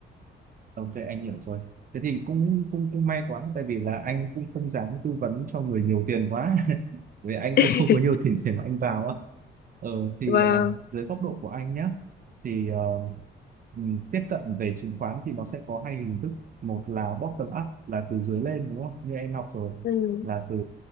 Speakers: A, on the right; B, on the left.
A: Ok anh hiểu rồi. Thế thì cũng cũng cũng may quá tại vì là anh cũng không dám tư vấn cho người nhiều tiền quá. <laughs> Vì anh
B: <laughs>
A: cũng không có nhiều tiền để mà anh vào á. Ờ thì
B: vâng
A: ờ, dưới góc độ của anh nhé thì ờ, ừm, tiếp cận về chứng khoán thì nó sẽ có hai hình thức. Một là bottom up là từ dưới lên đúng không? Như em học rồi
B: ừ
A: là từ